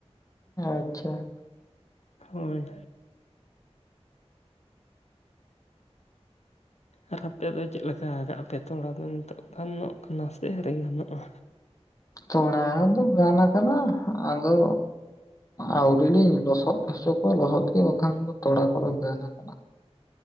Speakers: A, on the left (about 30°); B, on the left (about 80°).
A: ᱟᱪᱪᱷᱟ
B: ᱦᱳᱭ ᱟᱨ ᱟᱯᱮ ᱫᱚ ᱪᱮᱫ ᱞᱮᱠᱟ ᱠᱟᱜ ᱟ ᱯᱮ ᱛᱚᱲᱟ ᱫᱚ ᱱᱤᱛᱚᱜ ᱜᱟᱱᱚᱜ ᱠᱟᱱᱟ ᱥᱮ ᱟᱹᱨᱤ ᱜᱟᱱᱚᱜᱼᱟ
A: ᱛᱚᱲᱟ ᱫᱚ ᱜᱟᱱ ᱠᱟᱱᱟ ᱟᱫᱚ ᱟᱹᱣᱨᱤᱞᱤᱧ ᱞᱚᱥᱚᱫ ᱦᱚᱪᱚ ᱠᱚᱣᱟ ᱞᱚᱥᱚᱫ ᱜᱮ ᱵᱟᱠᱷᱟᱱ ᱫᱚ ᱛᱚᱲᱟ ᱠᱚᱫᱚ ᱜᱟᱱ ᱠᱟᱱᱟ